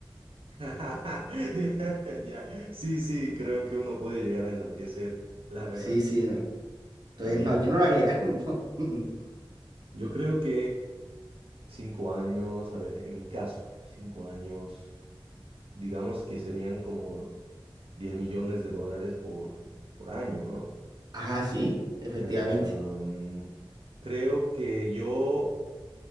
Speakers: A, on the right; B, on the right.
A: <laughs> Ya, sí, sí, creo que uno puede llegar a enloquecer, la verdad.
B: Sí, sí, no. Entonces,
A: A ver,
B: no, yo no lo haría, <laughs> no. mm, mm.
A: yo creo que Cinco años, a ver, en mi caso, cinco años, digamos que serían como 10 millones de dólares por, por año, ¿no?
B: Ajá, sí, efectivamente.
A: Em, creo que yo